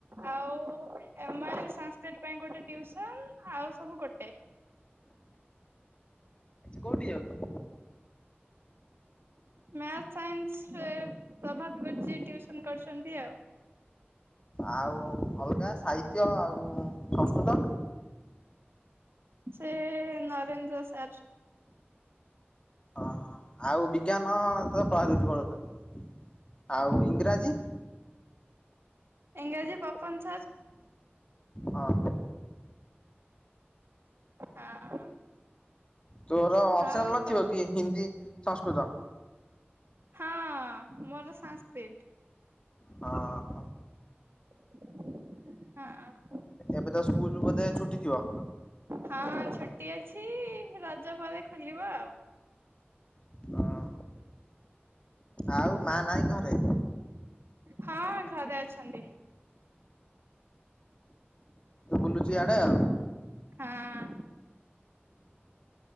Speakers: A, on the right; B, on the left.
A: ଆଉ ଏମ ଆ ସାସ୍କି ରିଟି ପାଇଁ ଗୋଟେ ଟିଉସନ ଆଉ ସବୁ ଗୋଟେ।
B: କୋଉଠିକି ଯାଉଛୁ।
A: ମ୍ୟାଥ ସାଇନ୍ସ ରେ ପ୍ରଭାତ ଘଜି ଟିଉସନ କରୁଛନ୍ତି ଆଉ।
B: ଆଉ ଅଲଗା ସାହିତ୍ୟ ଆଉ ସଂସ୍କୃତ।
A: ସେ ନରେନ୍ଦ୍ର ସାର୍।
B: ଓହୋ। ଆଉ ବିଜ୍ଞାନ ତ ପ୍ର <unintelligible> ପଢୁଛନ୍ତି ଆଉ ଇଂରାଜୀ।
A: ଏଂରାଜଜି ପପନ ସାର୍।
B: ହଁ
A: ହଁ।
B: ତୋର ଅପସନାଲ
A: ଆଉ
B: ନଥିବ
A: ତ
B: କି ହିନ୍ଦୀ ସଂସ୍କୃତ।
A: ହଁ ମୋର ସାସ୍କ୍ରିପ୍ଟ।
B: ହଁ।
A: ହଁ।
B: ଏବେ ତ ସ୍କୁଲ ବୋଧେ ଛୁଟି ଥିବ?
A: ହଁ ଛୁଟି ଅଛି ରଜ ପରେ ଖୋଲିବ ଆଉ।
B: ହଁ। ଆଉ ମା ନାଇଁ ଘରେ?
A: ହଁ ଘରେ ଅଛନ୍ତି।
B: ବୁଲୁଛି ଇଆଡ଼େ ଆଉ।
A: ହଁ।